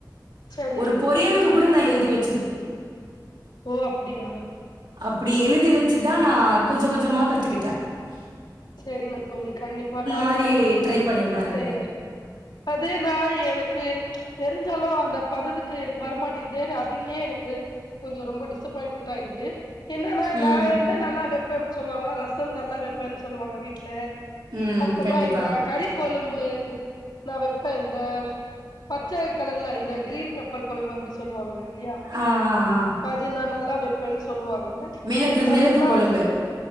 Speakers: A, on the left (about 80°); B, on the right (about 75°).
A: சரி
B: ஒரு பொறியல் கூட நான் எழுதி வ
A: ஓ அப்டியா
B: அப்படி எழுத் எழுதி வச்சுதான் நான் கொஞ்சம் கொஞ்சமா கத்துக்கிட்டேன் ஹ
A: சரிங்க தோழி கண்டிப்பா நானும்
B: மாரி
A: ஒரு தடவை
B: ட்ரை பண்ணி பாருங்க.
A: செய்றேன் அது நான் எனக்கு தெரிஞ்சாலும் அந்த பதத்துக்கு எனக்கு வரமாட்டேங்குதே அதுலயே எனக்கு கொஞ்சம் ரொம்ப டிசப்பாயிண்ட்மெண்டட் ஆயிருது என்னன்னா
B: ம்.
A: நான் என்ன நல்லா வைப்பேன் சொல்லுவாங்கன்னா ரசம் நல்லா வைப்பேன் சொல்லுவாங்க வீட்டுல
B: ம்.
A: அப்புறமா
B: கண்டிப்பா.
A: இந்த கறிக்கொழம்பு நான் வைப்பேன் இந்த பச்சை கலர்ல இந்த கிரீன் பெப்பர் கொழம்பு அப்படி சொல்லுவாங்கள இல்லையா
B: ஆ, ஆ, ஆ.
A: அது நா நல்லா வப்பென்னு சொல்லுவாங்க
B: மிளகு மிளகு
A: அதெல்லா
B: கொழம்பு